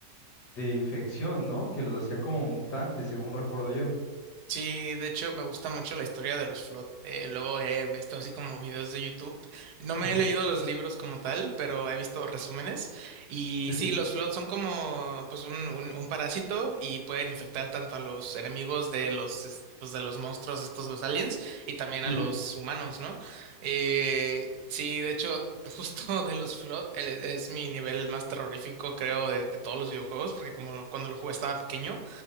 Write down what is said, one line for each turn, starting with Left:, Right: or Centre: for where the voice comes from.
Left: de infección, ¿no? Que los hacían como mutantes, según recuerdo yo.
Right: Sí, de hecho me gusta mucho la historia de los Flood. Eh, luego he visto así como videos de YouTube. No me
Left: Ujú.
Right: he leído los libros como tal, pero he visto resúmenes. Y
Left: Sí,
Right: sí,
Left: sí,
Right: los Flood son como pues un, un, un parásito y pueden infectar tanto a los enemigos de los es- pues, de los monstruos estos, los aliens, y también
Left: sí,
Right: a los
Left: sí.
Right: humanos, ¿no? Eh, sí, de hecho, justo <laughs> de los Flood el- es mi nivel más terrorífico, creo, de, de todos los videojuegos, porque como cuando lo jugué estaba pequeño.